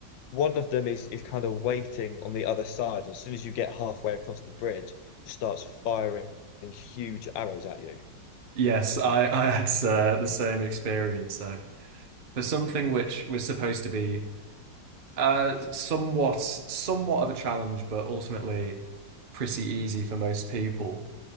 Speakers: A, on the left (about 75°); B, on the right (about 60°).
A: one of them is is kind of waiting on the other side. And as soon as you get halfway across the bridge, it starts firing huge arrows at you.
B: Yes, I I had uh, the same experience. So for something which was supposed to be uh, somewhat somewhat of a challenge, but ultimately pretty easy for most people.